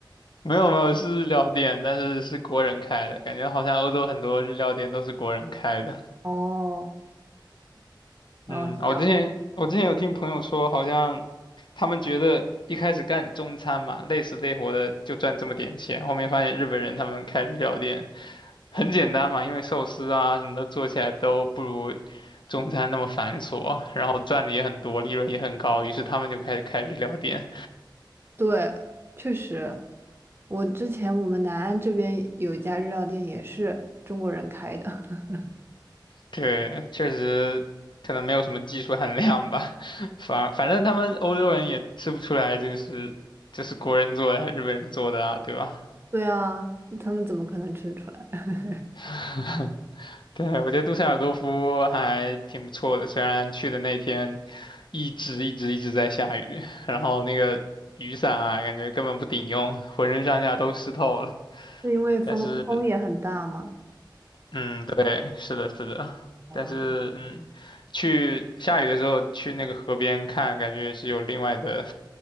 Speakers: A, on the left; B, on the right.
A: 没有没有，是日料店，但是是国人开的，感觉好像欧洲很多日料店都是国人开的。
B: 哦，哦，
A: 嗯，我之前我之前有听朋友说，
B: 行，
A: 好像他们觉得一开始干中餐嘛，累死累活的就赚这么点钱，后面发现日本人他们开日料店很简单嘛，因为寿司啊什么的做起来都不如中餐那么繁琐，然后赚的也很多，利润也很高，于是他们就开始开日料店。
B: 对，确实。我之前我们南安这边有一家日料店，也是中国人开的。<laughs>
A: 对，确实可能没有什么技术含量吧，<laughs> 反而反正他们欧洲人也吃不出来这个是这是国人做的还是日本人做的啊，对吧？
B: 对啊，他们怎么可能吃出来？<laughs>
A: <laughs> 对，我觉得杜塞尔多夫还挺不错的，虽然去的那天一直一直一直在下雨，然后那个雨伞啊，感觉根本不顶用，浑身上下都湿透了。
B: 是因为风风也很大吗？
A: 但是，嗯，对，是的，是的，
B: 啊
A: 但是，嗯，去下雨的时候去那个河边看，感觉也是有另外的